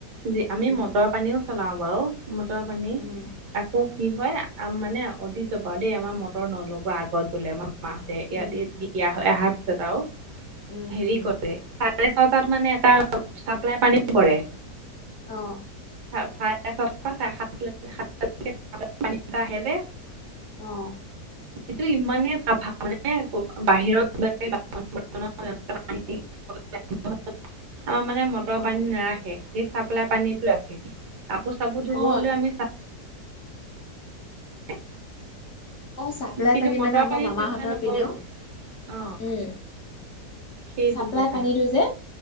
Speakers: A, on the right; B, on the left.
A: যি
B: উম,
A: আমি মটৰ পানীও চলাও বাৰু মটৰ পানী।
B: উম,
A: আকৌ কি হয় আ মানে অতিজপা দেই আমাৰ মটৰ নলগোৱা আগত বোলে আম। মাহঁতে ইয়াত
B: উম,
A: এই বিয়া হৈ অহা পিছত আও
B: উম,
A: হেৰি
B: উম,
A: ক। চাৰে ছটাত মানে এটা চাপ্লাই পানী পৰে।
B: অ।
A: <inaudible>
B: অ।
A: এইটো ইমানে চাফা মানে বাহিৰত বাছন বৰত থোৱা পানী। <inaudible> অ মানে ম। মটৰ
B: অ',
A: পানী নাৰাখে এই চাপ্লাই পানীতটো ৰাখে কাপোৰ চাপোৰ ধুব
B: অ',
A: হলেও আমি। <inaudible>
B: অ চাপ্লাই
A: কিন্তু
B: পানী
A: মটৰ
B: মানে আমাৰ মামাহতৰ
A: ব্যৱহাৰ নকৰো
B: পিনেও
A: অ',
B: উম।
A: সেইটো
B: চাপ্লাই
A: কথা
B: পানীটো যে